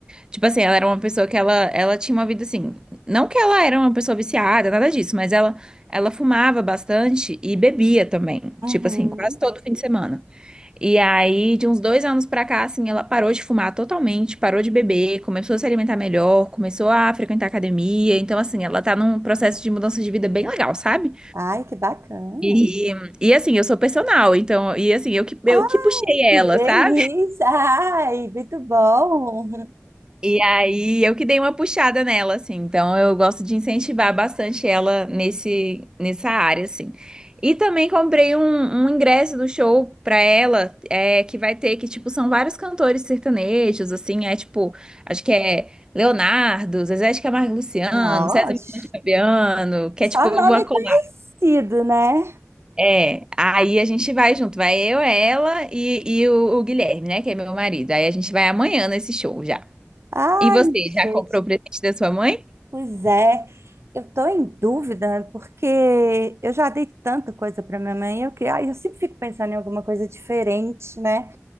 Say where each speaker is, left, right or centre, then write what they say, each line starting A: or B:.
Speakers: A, on the right; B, on the right.
A: tipo assim, ela era uma pessoa que ela, ela tinha uma vida assim. Não que ela era uma pessoa viciada, nada disso, mas ela, ela fumava bastante e bebia também.
B: Uhum.
A: Tipo assim, quase todo fim de semana. E aí, de uns dois anos pra cá, assim, ela parou de fumar totalmente, parou de beber, começou a se alimentar melhor, começou a frequentar academia. Então, assim, ela tá num processo de mudança de vida bem legal, sabe?
B: Ai, que bacana.
A: E, e assim, eu sou personal, então, e assim, eu que, eu
B: Ai,
A: que puxei
B: que
A: ela,
B: delícia.
A: sabe?
B: Ai, muito bom.
A: E aí eu que dei uma puxada nela, assim. Então eu gosto de incentivar bastante ela nesse, nessa área, assim. E também comprei um, um ingresso do show pra ela, é, que vai ter, que, tipo, são vários cantores sertanejos, assim, é tipo, acho que é Leonardo, Zezé de Camargo e Luciano,
B: Nossa,
A: César Menotti e Fabiano, que
B: só
A: é tipo uma
B: nome
A: colada.
B: conhecido, né?
A: É, aí a gente vai junto, vai eu, ela e, e o, o Guilherme, né, que é meu marido. Aí a gente vai amanhã nesse show já.
B: Ai,
A: E você,
B: gente.
A: já comprou o presente da sua mãe?
B: Pois é, eu estou em dúvida né, porque eu já dei tanta coisa para minha mãe, eu que, ai, eu sempre fico pensando em alguma coisa diferente, né?